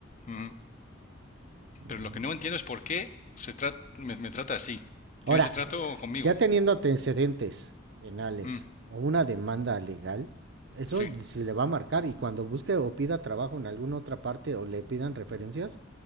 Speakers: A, on the left; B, on the right.
A: Ujú.
B: Ujú.
A: Pero lo que no entiendo es por qué se tra- me, me trata así.
B: Ahora,
A: Tiene ese trato conmigo.
B: ya teniendo antecedentes penales
A: Mm,
B: o una demanda legal, eso
A: sí.
B: se le va a marcar y cuando busque o pida trabajo en alguna otra parte o le pidan referencias,